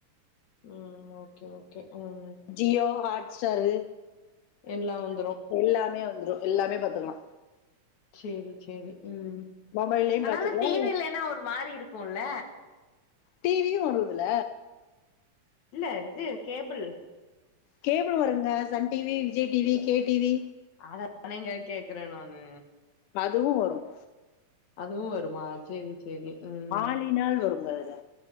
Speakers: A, on the left; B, on the left.
A: ம் ஓகே ஓகே ம்
B: ஜியோ ஹாட்ஸ்டாரு
A: எல்லா வந்துரு
B: எல்லாமே வந்ரு எல்லாமே பாத்துக்லா
A: சேரி சேரி ம்
B: மொபைல்லயு
A: ஆனால
B: பாத்துக்கலா
A: டிவி இல்லன்னா ஒரு மாரி இருக்கும்ல
B: டிவியு வருதுல
A: இல்ல இது கேபிள்
B: கேபிள் வருங்க Sun TV, Vijay TV, K TV.
A: அதத் தானேங்க கேக்குற நானு
B: அதுவு வரும்
A: அதுவு வருமா சேரி சேரி ம்
B: ஆலினால் வருங்க அதுல